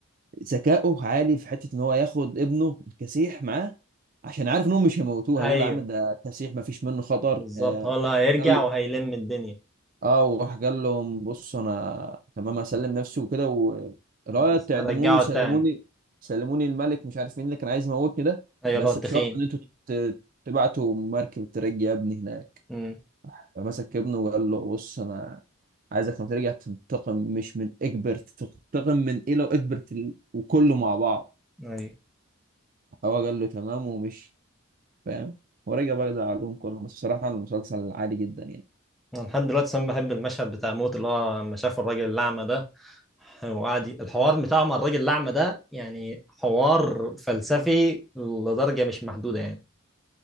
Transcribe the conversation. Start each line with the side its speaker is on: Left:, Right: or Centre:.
Right: ذكائه عالي في حته ان هو ياخد ابنه الكسيح معاه عشان عارف انهم مش هيموتوه
Centre: ايوه
Right: هيقولوا يا عم ده كسيح ما فيش منه خطر
Centre: بالظبط
Right: آه،
Centre: هو اللي هيرجع
Right: ده
Centre: وهيلم الدنيا
Right: اه وراح قال لهم بصوا انا تمام اسلم نفسي وكده ورايت
Centre: بس
Right: تعدموني
Centre: هرجعه
Right: وسلموني
Centre: تاني
Right: سلموني الملك مش عارف مين اللي كان عايز يموتني ده
Centre: ايوه
Right: بس
Centre: اللي هو التخين
Right: بشرط ان انتوا ت- تبعتوا مركب ترجي ابني هناك
Centre: امم
Right: فمسك ابنه وقال له بص انا عايزك لما ترجع تنتقم مش من اكبر تنتقم من ايه لو اكبرت ال... وكله مع بعض
Centre: ايوه
Right: هو قال له تمام ومشي فاهم ورجع بقى زعلهم كلهم بس بصراحة المسلسل عادي جدا يعني
Centre: انا لحد دلوقتي انا بحب المشهد بتاع موت اللي هو لما شاف الراجل الاعمى ده وقعد ي- الحوار بتاعه مع الراجل الأعمى ده يعني حوار فلسفي لدرجة مش محدودة يعني